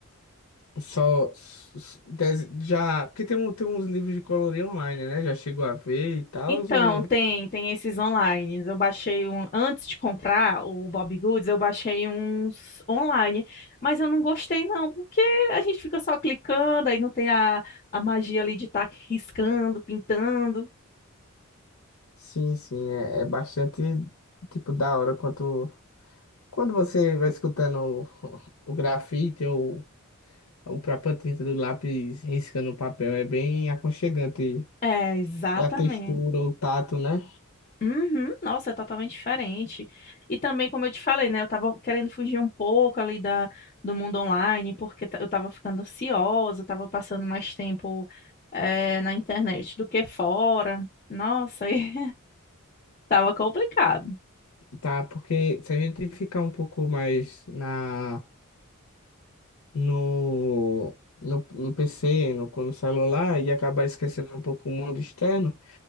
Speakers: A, on the left; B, on the left.
A: Só s- s- dez- já, porque tem, um, tem uns livros de colorir online, né? Já chegou a ver e tal,
B: Então,
A: ou...
B: tem, tem esses online. Eu baixei um, antes de comprar o Bob Goods, eu baixei uns online, mas eu não gostei não, porque a gente fica só clicando, aí não tem a, a magia ali de estar riscando, pintando.
A: Sim, sim, é, é bastante, tipo, da hora quanto... Quando você vai escutando o, o grafite ou a própria tinta do lápis riscando o papel, é bem aconchegante.
B: É, exatamente.
A: E a textura, o tato, né?
B: Uhum, nossa, é totalmente diferente. E também, como eu te falei, né? Eu tava querendo fugir um pouco ali da, do mundo online, porque ta- eu tava ficando ansiosa, eu tava passando mais tempo, eh, na internet do que fora. Nossa, <laughs> e tava complicado.
A: Tá, porque se a gente ficar um pouco mais na, no, no, no PC, no, no celular, e acabar esquecendo um pouco o mundo externo,